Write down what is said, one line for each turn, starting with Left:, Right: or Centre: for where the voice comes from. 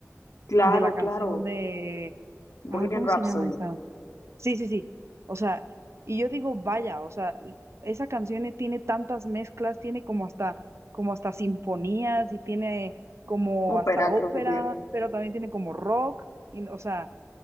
Left: Claro,
Right: de la canción
Left: claro.
Right: de,
Left: Bohemian
Right: ah, ¿cómo
Left: Rhapsody.
Right: se llama esa? Sí, sí, sí. O sea, y yo digo, vaya, o sea, l- esa canción eh, tiene tantas mezclas, tiene como hasta, como hasta sinfonías y tiene como
Left: Ópera
Right: hasta ópera,
Left: creo que tiene.
Right: pero también tiene como rock, y, o sea,